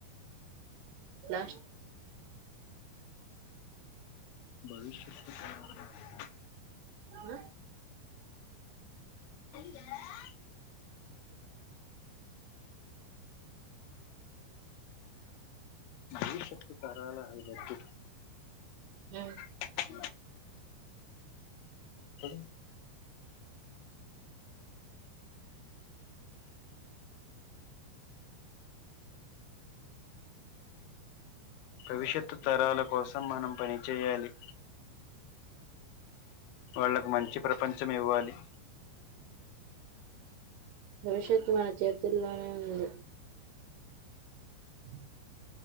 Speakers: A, on the right (about 80°); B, on the left (about 75°).
A: ప్లాస్
B: భవిష్యత్తు ప్రణాళిక
A: ప్లాస్టిక్
B: <inaudible> భవిష్యత్తు తరాల హ దగదు
A: ఆ
B: ఇ స భవిష్యత్తు తరాల కోసం మనం పనిచేయాలి వాళ్ళకు మంచి ప్రపంచం ఇవ్వాలి
A: భవిష్యత్తు మన చేతుల్లోనే ఉంది ఉ